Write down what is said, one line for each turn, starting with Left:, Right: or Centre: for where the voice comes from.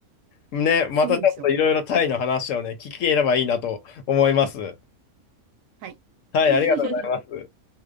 Left: ね、またちょっといろいろタイの話をね、
Right: そうでしょう。
Left: 聞ければいいなと思います。
Right: はい。
Left: はい、
Right: <laughs>
Left: ありがとうございます。